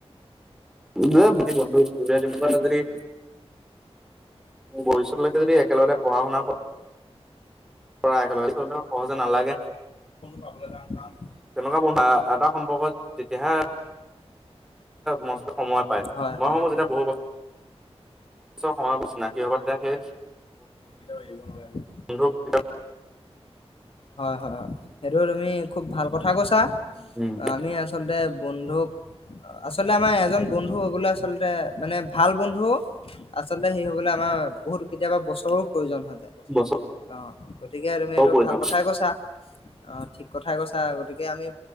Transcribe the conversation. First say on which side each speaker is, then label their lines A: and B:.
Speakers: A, in the centre; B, on the left.
A: এ <unintelligible> ভৱিষ্যতলৈকে যদি একেলগে পঢ়া শুনা কৰা একেলগে টো ইমান সহজে নালাগে
B: <unintelligible>
A: তেনেকুৱা বন্ধু বা এটা সম্পৰ্কত যেতিয়াহে মষ্ট সময় পায়
B: হয়
A: মই
B: হয়।
A: ভাবো
B: হয়।
A: যেতিয়া বহু ব ছৰ সময় চিনাকি হব তেতিয়া সেই
B: কেতিয়াও এৰিব নালাগে।
A: বন্ধুক কেতিয়াও
B: হয় হয় হয় সেইটো তুমি খুব ভাল কথা কৈছা
A: উম।
B: আমি আচলতে বন্ধুক আচলতে আমাৰ এজন বন্ধু হবলে আচলতে মানে ভাল বন্ধু আচলতে হেৰি হবলৈ আমাৰ বহুত কেতিয়াবা বছৰো প্ৰয়োজন হৈ যায়।
A: বছৰও
B: অহ গতিকে তুমি এইটো
A: প্ৰয়োজন
B: ভাল কথাই কৈছা অহ ঠিক কথাই কৈছা গতিকে আমি